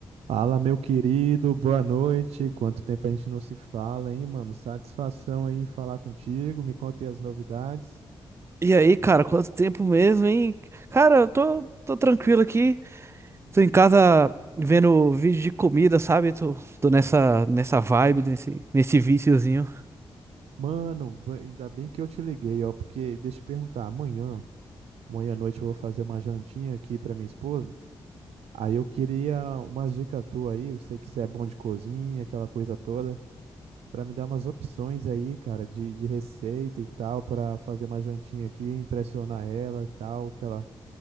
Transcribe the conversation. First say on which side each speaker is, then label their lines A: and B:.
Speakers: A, on the right; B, on the right.
A: Fala, meu querido, boa noite. Quanto tempo a gente não se fala, hein, mano? Satisfação aí em falar contigo. Me conta as novidades.
B: E aí, cara, quanto tempo mesmo, hein? Cara, eu tô, tô tranquilo aqui. Tô em casa vendo vídeo de comida, sabe? Tô, tô nessa, nessa vibe, nesse, nesse viciozinho.
A: Mano, ba- ainda bem que eu te liguei, ó, porque deixa eu te perguntar, amanhã, amanhã à noite eu vou fazer uma jantinha aqui pra minha esposa. Aí eu queria umas dicas tuas aí, eu sei que você é bom de cozinha, aquela coisa toda, pra me dar umas opções aí, cara, de, de receita e tal, pra fazer uma jantinha aqui, impressionar ela e tal, que ela